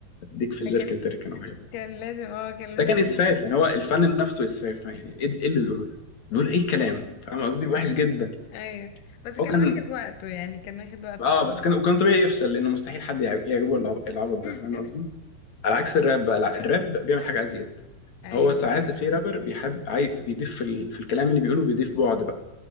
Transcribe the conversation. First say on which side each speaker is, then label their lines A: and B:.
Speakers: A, on the left (about 40°); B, on the left (about 65°).
A: اديك في الجيركن
B: فكان
A: تركن
B: كان لازم اه كان لازم
A: ده كان
B: يكون
A: اسفاف
B: فيلم.
A: يعني هو الفن نفسه اسفاف يعني ايه إيه اللي بيقوله ده بيقول اي كلام فاهم قصدي وحش جدا
B: ايوه بس كان
A: هو كان
B: واخد وقته يعني كان واخد وقته
A: اه
B: بصراحه
A: بس كان وكان طبيعي يفشل لانه مستحيل حد يع- يعجبه العب- العبط ده
B: <laughs>
A: فاهم قصدي على عكس الراب بقى لا الراب بيعمل حاجه ازيد
B: ايوه
A: هو ساعات في رابر بيحب عاي... بيضيف في, ال... في الكلام اللي بيقوله بيضيف بعد بقى